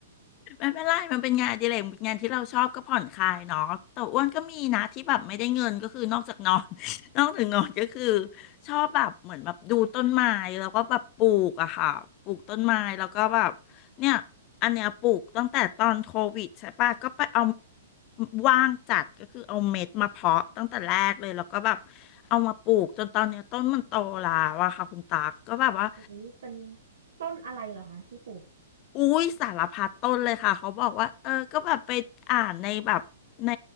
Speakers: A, on the left (about 35°); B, on the right (about 80°).
A: ไม่เป็นไรมันเป็นงานอดิเรกงานที่เราชอบก็ผ่อนคลายเนาะแต่อ้วนก็มีนะที่แบบไม่ได้เงินก็คือนอกจากนอน <laughs> นอกจากนอนก็คือชอบแบบเหมือนแบบดูต้นไม้แล้วก็แบบปลูกอะค่ะปลูกต้นไม้แล้วก็แบบเนี่ยอันเนี้ยปลูกตั้งแต่ตอนโควิดใช่ปะก็ไปเอาว่างจัดก็คือเอาเม็ดมาเพาะตั้งแต่แรกเลยแล้วก็แบบเอามาปลูกจนตอนเนี้ยต้นมันโตแล้วอะค่ะคุณตากก็แบบว่า
B: โอ้ยเป็นต้นอะไรเหรอคะที่ปลูก
A: อุ้ยสารพัดต้นเลยค่ะเขาบอกว่าเออก็แบบไปอ่านในแบบใน